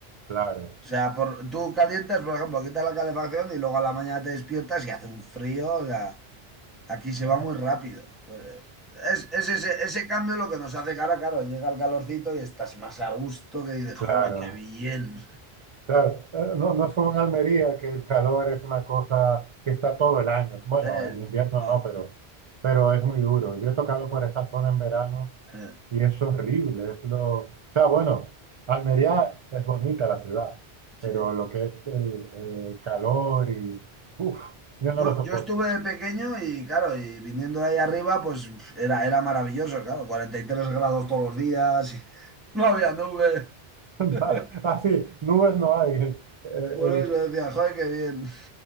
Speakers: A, on the right; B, in the centre.
A: Claro,
B: O sea, por, tú calientas, por ejemplo, quitas la calefacción y luego a la mañana te despiertas y hace un frío. O sea, aquí se
A: oh,
B: va muy rápido. Pues, eh, es, es ese, ese cambio lo que nos hace cara, claro, llega el calorcito y estás más a gusto que dices,
A: claro,
B: ¡joder, qué bien!
A: claro. Eh, No, no es como en Almería, que el calor es una cosa que está todo el año. Bueno,
B: <laughs> Eh,
A: en invierno
B: no,
A: no, pero, pero es muy duro. Yo he tocado por esa zona en verano
B: eh,
A: Y es horrible, es lo... O sea, bueno, Almería es bonita la ciudad,
B: sí.
A: pero lo que es el, el calor y... Uf, yo
B: Yo,
A: no lo soporto.
B: yo estuve de pequeño y claro, y viniendo de ahí arriba, pues pf, era, era maravilloso, claro, 43 grados todos los días, <laughs> no había nube.
A: <laughs>
B: <laughs>
A: Así, nubes no hay. eh, eh,
B: Por eso decía, joder, qué bien.